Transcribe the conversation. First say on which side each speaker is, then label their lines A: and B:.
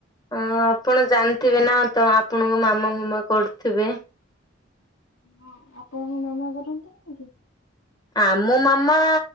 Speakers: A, on the left; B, on the left.
A: ହଁ ଆପଣ ଜାଣିଥିବେ ନା ତ ଆପଣଙ୍କ ମାମା ଫାମା କରୁଥିବେ।
B: ହଁ ଆପଣଙ୍କ ମାମା କରନ୍ତି ନି କି?
A: ଆମ ମାମା